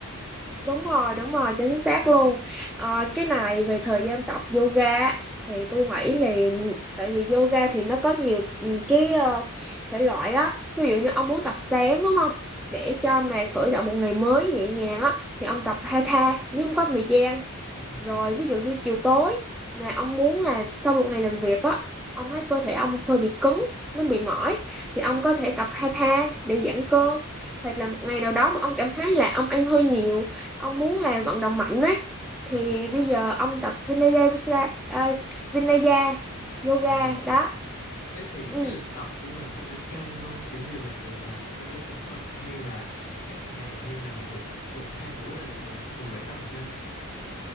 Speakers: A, in the centre; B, on the left.
A: Đúng rồi, đúng rồi, chính xác luôn. Ờ, cái này về thời gian tập yoga á, thì tôi nghĩ là tại vì yoga thì nó có nhiều ừ, cái ờ, thể loại á. Ví dụ như ông muốn tập sáng đúng không? Để cho mà khởi động một ngày mới nhẹ nhàng á thì ông tập hatha nếu không có thời gian
B: Ừm,
A: rồi ví dụ như chiều tối mà ông muốn là sau một ngày làm việc á ông thấy cơ thể ông hơi bị cứng nó bị mỏi thì ông có thể tập hatha để giãn cơ hoặc là một ngày nào đó mà ông cảm thấy là ông ăn hơi nhiều ông muốn là vận động mạnh ấy
B: ờ,
A: thì bây giờ ông tập Vinaya, Yoga- à, Vinaya yoga
B: ừm.
A: đó
B: Thế thì
A: ừ
B: cái lịch tập của mình có phải căng không? Kiểu như là ngày nào cũng phải đến phòng tập hay là cách ngày hay là một tuần hai buổi là được rồi. Thường bạn tập sao?